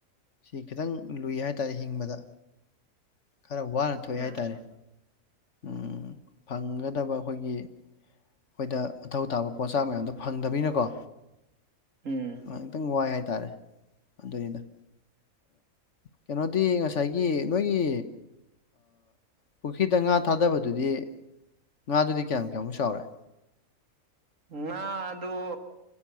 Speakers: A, on the left; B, on the right.
A: ꯁꯤ ꯈꯤꯇꯪ ꯂꯨꯏ ꯍꯥꯏꯇꯥꯔꯦ ꯍꯤꯡꯕꯗ ꯈꯔ ꯋꯥꯅ ꯊꯣꯛꯑꯦ
B: ꯃꯥꯅꯦ
A: ꯍꯥꯏꯇꯥꯔꯦ
B: ꯃꯥꯅꯦ
A: ꯎꯝ ꯐꯪꯒꯗꯕ ꯑꯩꯈꯣꯏꯒꯤ ꯑꯩꯈꯣꯏꯗ ꯃꯊꯧ ꯇꯥꯕ ꯄꯣꯠꯆꯥꯛ ꯃꯌꯥꯝꯗꯣ ꯐꯪꯗꯕꯅꯤꯅꯀꯣ
B: ꯎꯝ
A: ꯑꯝꯇꯪ ꯋꯥꯏ ꯍꯥꯏꯇꯥꯔꯦ ꯑꯗꯨꯅꯤꯗ ꯀꯩꯅꯣꯗꯤ ꯉꯁꯥꯏꯒꯤ ꯅꯣꯏꯒꯤ ꯄꯨꯈ꯭ꯔꯤꯗ ꯉꯥ ꯊꯥꯗꯕꯗꯨꯗꯤ ꯉꯥꯗꯨꯗꯤ ꯀꯌꯥꯝ ꯀꯌꯥꯃꯨꯛ ꯆꯥꯎꯔꯦ
B: ꯉꯥꯗꯣ